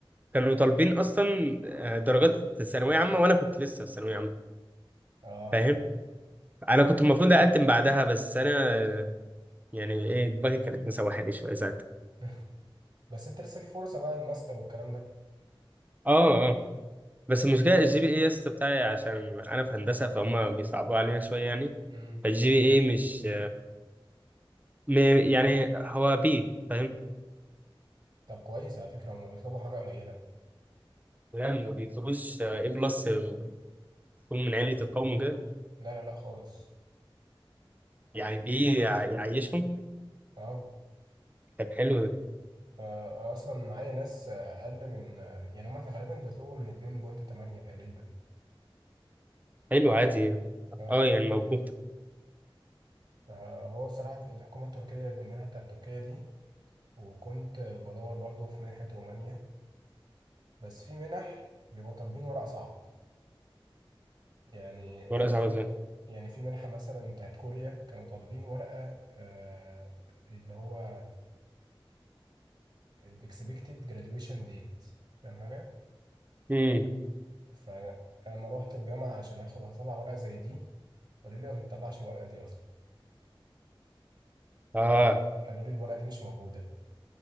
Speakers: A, on the right; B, on the right.
A: كانوا طالبين اصلا آه، درجات ثانويه عامه وانا كنت لسه في ثانويه عامه
B: اه
A: فاهم انا كنت المفروض اقدم بعدها بس انا آه، يعني ايه دماغي كانت مسوحاني شويه ساعتها
B: <laughs> بس انت لسه في فرصه بقى الماستر والكلام ده
A: اه اه بس المشكله الجي بي اي يا اسطى بتاعي عشان انا في هندسه فهم بيصعبوا علينا شويه يعني
B: امم
A: فالجي بي اي مش م- يعني هو بي فاهم
B: طب كويس على فكرة هما بيطلبوا حاجة قليلة
A: لا ما بيطلبوش ايه بلس يكون من عيلة القوم كده
B: لا لا لا خالص
A: يعني بيعيشهم
B: اه
A: طب حلو ده
B: آه، آه، اصلا معايا ناس اقل من يعني هما غالبا بيطلبوا من 2.8 تقريبا
A: حلو عادي
B: اه
A: اه يعني موجود
B: فهو الصراحة الحكومة التركية المنحة بتاعت تركيا دي وكنت بدور برضو في منحة رومانيا بس في منح بيبقوا طالبين ورق صعب يعني يعني
A: ورقة صعبة
B: في
A: زي
B: يعني في منحة مثلا بتاعت كوريا كانوا طالبين ورقة آه اللي هو الاكسبكتد جراديويشن ديت فاهم حاجة؟
A: امم
B: فانا أنا لما روحت الجامعه عشان اخد هطلع ورقه زي دي قالوا لي ما بنطلعش الورقه دي اصلا
A: اه
B: يعني هو قالوا لي الورقه دي مش موجوده